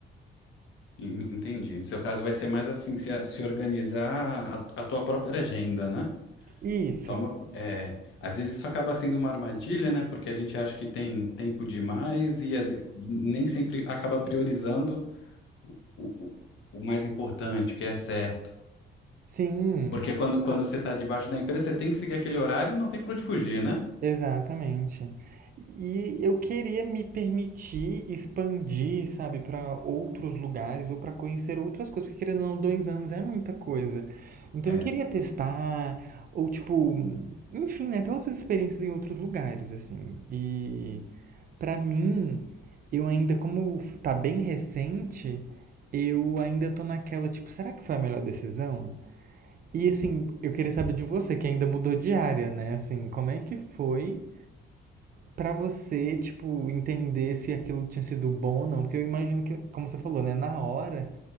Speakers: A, on the left; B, on the right.
A: En- Entendi. No seu caso vai ser mais assim, se, a- se organizar a, a tua própria agenda, né?
B: Isso.
A: Toma, cu- é, às vezes isso acaba sendo uma armadilha, né? Porque a gente acha que tem tempo demais e, às- ve- e nem sempre acaba priorizando o, o o mais importante, o que é certo.
B: Sim,
A: Porque quando, quando você está debaixo da empresa, você tem que seguir aquele horário e não tem para onde fugir, né?
B: Exatamente. E eu queria me permitir expandir, sabe, para outros lugares ou para conhecer outras coisas, porque querendo ou não, dois anos é muita coisa. Então
A: É.
B: eu queria testar, ou tipo, enfim, né, ter outras experiências em outros lugares, assim. E para mim, eu ainda, como tá bem recente, eu ainda tô naquela, tipo, será que foi a melhor decisão? E assim, eu queria saber de você, que ainda mudou de área, né? Assim, como é que foi? pra você, tipo, entender se aquilo tinha sido bom ou não. Porque eu imagino que, como você falou, né? Na hora,